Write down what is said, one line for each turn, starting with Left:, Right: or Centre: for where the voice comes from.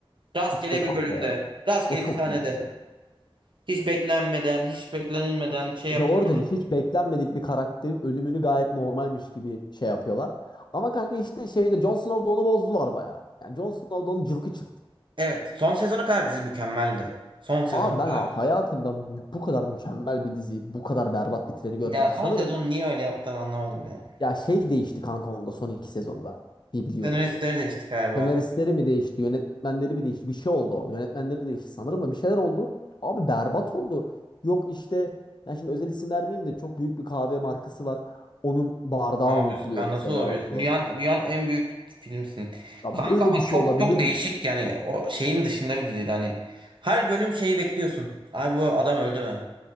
Right: Rastgele
Left: İşte kanka
Right: bir bölümde.
Left: ya.
Right: Rastgele
Left: O çok
Right: bir sahnede.
Left: iyi bir şey.
Right: Hiç beklenmeden, hiç beklenilmeden
Left: Hiç,
Right: şey yapım.
Left: Bir de oradan işte hiç beklenmedik bir karakterin ölümünü gayet normalmiş gibi şey yapıyorlar. Ama kanka işte şeyde Jon Snow'da onu bozdular bayağı. Yani Jon Snow'da onun cılkı çıktı.
Right: Evet. Son sezona kadar dizi mükemmeldi. Son sezona
Left: Abi
Right: kadar.
Left: ben ha- hayatımda bu kadar mükemmel bir diziyi, bu kadar berbat bitireni görmedim
Right: Ya son
Left: sanırım.
Right: sezon niye öyle yaptılar anlamadım ya.
Left: Ya şey değişti kanka onda son iki sezonda diye biliyorum.
Right: Senaristleri değişti galiba.
Left: Senaristleri mi değişti, yönetmenleri mi değişti? Bir şey oldu orada. Yönetmenleri değişti sanırım da bir şeyler oldu. Abi berbat oldu. Yok işte yani şimdi özel isim vermeyeyim de çok büyük bir kahve markası var. Onun bardağı
Right: Ne yapıyorsun?
Left: unutuluyor
Right: Sen nasıl
Left: mesela
Right: olabilirsin?
Left: falan.
Right: Dünyanın, dünyanın en büyük filmsin.
Left: Ya
Right: Kanka
Left: böyle
Right: ama
Left: bir şey
Right: çok
Left: olabilir
Right: çok değişik
Left: mi ya?
Right: yani o şeyin dışında bir diziydi hani. Her bölüm şeyi bekliyorsun. Ay bu adam öldü mü?